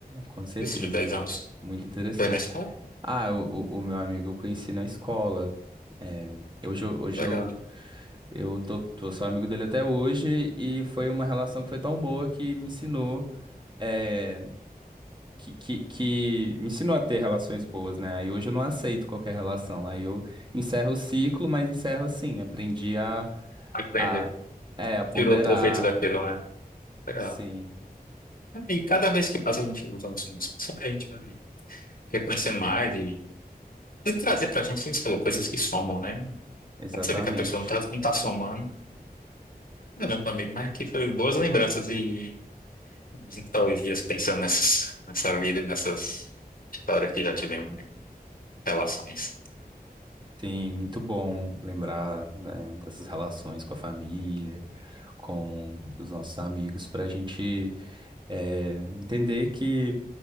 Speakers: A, on the right; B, on the left.
A: Com certeza,
B: Esse de 10 anos
A: muito interessante.
B: foi na escola?
A: Ah, o, o o meu amigo eu conheci na escola. É, hoje eu, hoje
B: Legal.
A: eu, eu tô, tô só amigo dele até hoje e foi uma relação que foi tão boa que me ensinou, é, que, que, que me ensinou a ter relações boas, né? Aí hoje eu não aceito qualquer relação. Aí eu encerro o ciclo, mas encerro assim. Aprendi a,
B: Aprendeu.
A: a, é, a ponderar.
B: Tirou proveito daquilo, né? Legal.
A: Sim,
B: E cada vez que passa a gente usando os nomes, a gente vai reconhecendo mais e, e trazer pra gente, assim, você falou, coisas que somam, né? Quando
A: exatamente.
B: Você vê que a pessoa não tá, não tá somando. Caramba, amigo, mas aqui foi boas lembranças e nostalgias pensando nessas, nessa vida, e nessas histórias que já tivemos, né? Relações.
A: Sim, muito bom lembrar, né, dessas relações com a família, com os nossos amigos, para a gente eh, entender que